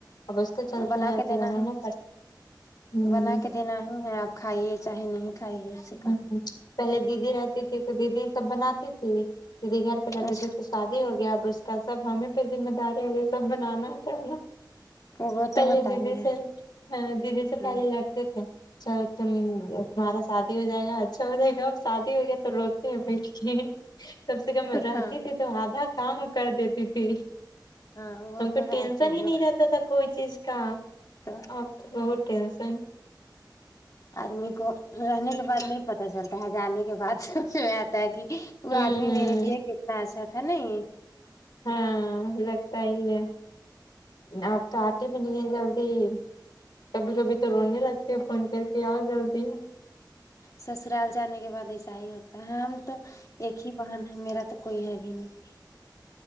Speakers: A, on the left; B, on the left.
A: اب اس کے چلتے
B: بنا
A: ہیں
B: کے دینا
A: کہ بنانا
B: ہے
A: پڑ ہمم
B: بنا کے دینا ہی ہے آپ کھائیے چاہے نہیں کھائیے اسی کا
A: ہمم پہلے دیدی رہتی تھی تو دیدی سب بناتی تھی دیدی گھر پہ رہتی
B: اچھا
A: تھی تو شادی ہو گیا اب سب ہمیں پہ ذمہ داری ہے سب بنانا پڑا نا
B: وہ
A: پہلے
B: تو ہوتا
A: دیدی
B: ہی ہے
A: سے دیدی سے پہلے
B: ہاں
A: لڑتے تھے چل تم تمہارا شادی ہو جائے گا اچھا ہو جائے گا شادی ہو گیا تو روتے ہیں بلکہ کم سے کم رہتی
B: ہاں
A: تھی تو آدھا کام کر دیتی تھی
B: ہاں وہ
A: ہم
B: تو
A: کو ٹینسن
B: ہے کہ
A: ہی
B: جو
A: نہیں رہتا تھا کوئی چیز کا
B: تو
A: اب تو بہت ٹینشن
B: آدمی کو رہنے کے بعد نہیں پتہ چلتا ہے جانے کے بعد سب سے ہو آتا ہے کہ وہ
A: ہ ہ
B: آدمی میرے لیے کتنا اچھا تھا نیی
A: ہاں لگتا ہی ہے اپ تو آپ بھی نہیں ہے جلدی کبھی کبھی تو رونے لگتے ہیں فون کر کے آؤ جلدی
B: سسرال جانے کے بعد ایسا ہی ہوتا ہے ہم تو ایک ہی بہن ہے میرا تو کوئی ہے بھی نہیں